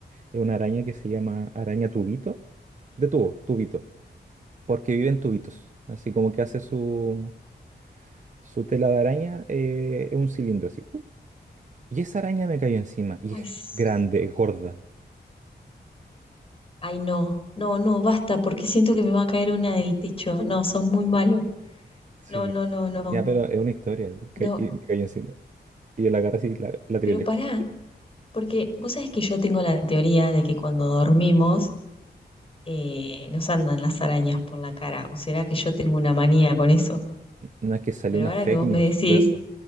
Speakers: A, on the right; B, on the left.
A: es una araña que se llama araña tubito, de tubo, tubito. porque vive en tubitos. Así como que hace su, su tela de araña eh, en un cilindro así. ¡pup! Y esa araña me cayó encima. Y
B: Ay,
A: es
B: s-
A: grande, es gorda.
B: ay, no. No, no, basta, porque siento que me va a caer una del techo. No, sos muy malo.
A: Sí,
B: No, no,
A: ves.
B: no, no.
A: Ya, pero es una historia. Y, ca-
B: No,
A: y me cayó encima. Y yo la agarré así y la, la tiré
B: pero
A: lejos.
B: pará,
A: así.
B: porque vos sabés que yo tengo la teoría de que cuando dormimos eh, nos andan las arañas por la cara. ¿O será que yo tengo una manía con eso?
A: No es que salió
B: Pero
A: una
B: ahora
A: fake
B: que vos
A: news
B: me decís,
A: de eso.